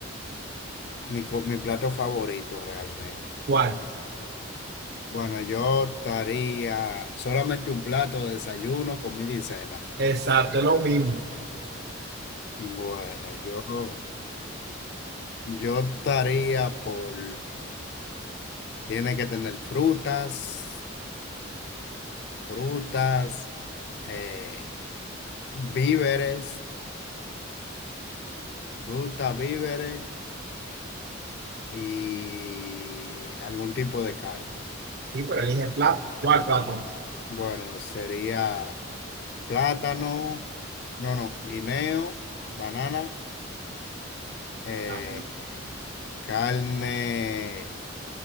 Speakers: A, on the left (about 55°); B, on the right (about 50°).
A: mi, co- mi plato favorito realmente.
B: ¿Cuál?
A: Bueno, yo estaría solamente un plato de desayuno, comida y cena.
B: Exacto, es lo mismo.
A: Bueno, yo, yo estaría por, tiene que tener frutas, frutas, eh, víveres, frutas, víveres. y algún tipo de carne.
B: Sí, pero elige el plato. ¿Cuál plato?
A: Bueno, sería plátano, no, no, guineo, banana, eh,
B: Ah,
A: eh, carne,